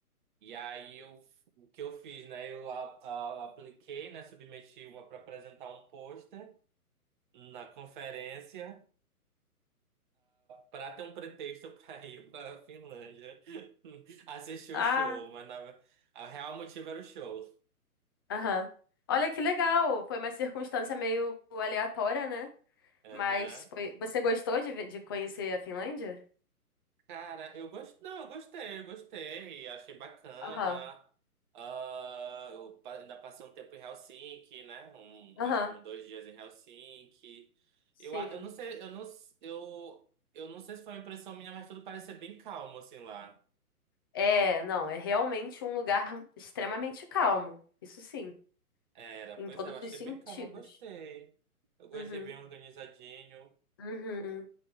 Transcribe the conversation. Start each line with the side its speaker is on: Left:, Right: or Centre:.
Right: E aí eu, o que eu fiz, né, eu a- a- apliquei, né, submeti uma para apresentar um pôster na conferência. para ter um pretexto <laughs> para ir para a Finlândia <laughs> assistir
Left: Ah,
Right: o show, mas na- o real motivo era o show.
Left: aham. Olha que legal. Foi uma circunstância meio aleatória, né?
Right: Aham.
Left: Mas foi... você gostou de, ver- de conhecer a Finlândia?
Right: Cara, eu gostei. Não, eu gostei, eu gostei. Achei bacana.
Left: Aham.
Right: Ah, eu pa- ainda passei um tempo em Helsinki, né? Um,
Left: Aham.
Right: acho que uns dois dias em Helsinki.
Left: Sim.
Right: Eu, a- eu não sei, eu não, s- eu, eu não sei se foi uma impressão minha, mas tudo parecia bem calmo, assim, lá.
Left: É, não, é realmente um lugar extremamente calmo. Isso sim,
Right: Era,
Left: em
Right: pois
Left: todos
Right: é, eu achei
Left: os sentidos.
Right: bem calmo, eu gostei. Eu gostei
Left: Uhum.
Right: bem organizadinho.
Left: Uhum.